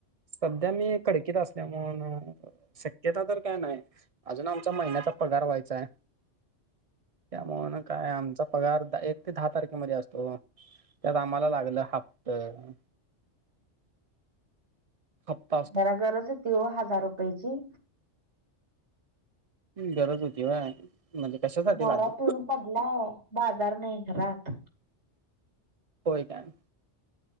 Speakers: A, on the right; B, on the right.
A: सध्या मी कडकीत असल्यामुळ म्हणून शक्य तिथ तर काय नाही अजून आमचा महिन्याचा पगार व्हायचा आहे. त्यामुळ न काय आमचा पगार एक ते दहा तारखेमध्ये असतो. त्यात आम्हाला लागलं हप्तं हप्
B: जरा गरज होती ओ हजार रुपयाची
A: गरज होती व्हय म्हणजे कशासाठी
B: नवरा
A: लागलं
B: पिऊन पडला बाजार नाही घरात.
A: होय काय